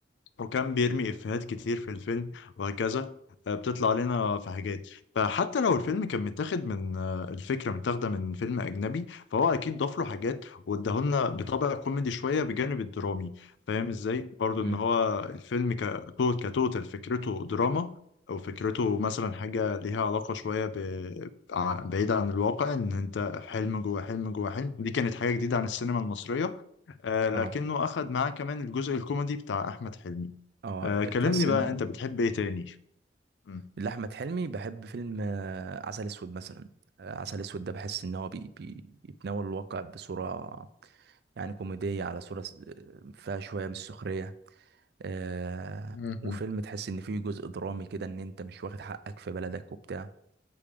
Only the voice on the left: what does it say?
وكان بيرمي إفيهات كتير في الفيلم وهكذا آه، بتطلع لنا في حاجات فحتى لو الفيلم كان متاخد من آه، الفكرة متاخدة من فيلم أجنبي فهو أكيد ضاف له حاجات واداهولنا بطابع كوميدي شوية بجانب الدرامي فاهم إزاي؟ برضو
إن هو الفيلم كتوت كتوتال فكرته دراما أو فكرته مثلا حاجة ليها علاقة شوية ب... ع- بعيدة عن الواقع إن أنت حلم جوه حلم جوه حلم دي كانت حاجة جديدة عن السينما المصرية آه، لكنه
أخد معاه كمان الجزء الكوميدي بتاع أحمد حلمي
آه كلمني
بقى انت بتحب ايه تاني مم.
مهم.